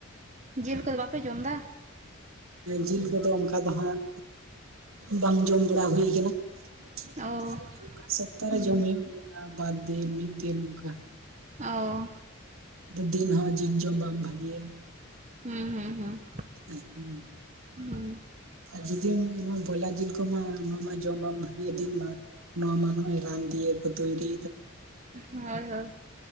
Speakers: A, on the right (about 35°); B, on the right (about 75°).
A: ᱡᱤᱞ ᱠᱚᱫᱚ ᱵᱟᱯᱮ ᱡᱚᱢ ᱮᱫᱟ?
B: ᱡᱤᱞ ᱠᱚᱫᱚ ᱚᱱᱠᱟ ᱫᱚ ᱦᱟᱸᱜ ᱵᱟᱝ ᱡᱚᱢ ᱵᱟᱲᱟ ᱦᱩᱭ ᱠᱟᱱᱟ
A: ᱚ
B: ᱾ ᱥᱚᱯᱛᱟᱨᱮ
A: ᱦᱩᱸ
B: ᱡᱚᱢ ᱦᱩᱭᱩᱜ ᱜᱮᱭᱟ ᱵᱟᱨ ᱫᱤᱱ ᱢᱤᱫ ᱫᱤᱱ ᱱᱚᱝᱠᱟ ᱾
A: ᱚ
B: ᱫᱤᱱ ᱦᱚᱸ ᱡᱤᱞ ᱡᱚᱢ ᱵᱟᱝ ᱵᱷᱟᱜᱤᱭᱟ ᱾
A: ᱦᱩᱸ ᱦᱩᱸ ᱦᱩᱸ
B: <inaudible>
A: ᱦᱩᱸ
B: ᱡᱩᱫᱤᱢ ᱱᱚᱣᱟ ᱵᱚᱭᱞᱟᱨ ᱡᱤᱞ ᱠᱚᱢᱟ ᱱᱚᱣᱟ ᱢᱟ ᱡᱚᱢ ᱵᱟᱝ ᱵᱷᱟᱜᱤᱭᱟ ᱫᱤᱱ ᱢᱟ ᱾ ᱱᱚᱣᱟ ᱢᱟ ᱱᱚᱜ-ᱚᱭ ᱨᱟᱱ ᱫᱤᱭᱟᱹ ᱠᱚ ᱛᱚᱭᱨᱤᱼᱼ
A: ᱦᱚᱭ ᱦᱚᱭ,